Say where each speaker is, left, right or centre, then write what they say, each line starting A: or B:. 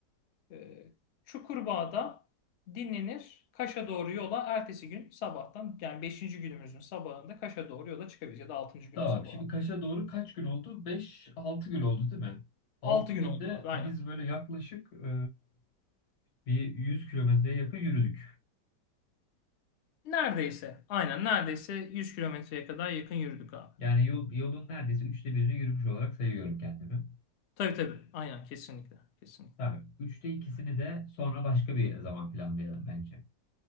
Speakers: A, on the left; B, on the left.
A: Ee, Çukurbağa'da dinlenir. Kaş'a doğru yola ertesi gün sabahtan yani beşinci günümüzün sabahında Kaş'a doğru yola çıkabiliriz ya da 6. günün
B: Tamam.
A: sabahı.
B: Şimdi Kaş'a doğru kaç gün oldu? Beş, altı gün oldu değil mi? 6
A: 6
B: günde
A: gün oldu abi aynen.
B: biz böyle yaklaşık e, bir 100 kilometreye yakın yürüdük.
A: Neredeyse aynen neredeyse 100 kilometreye kadar yakın yürüdük abi.
B: Yani yol, yolun neredeyse üçte birini yürümüş olarak sayıyorum kendimi.
A: Tabii tabii aynen kesinlikle kesinlikle.
B: Tamam. Üçte ikisini de sonra başka bir zaman planlayalım bence.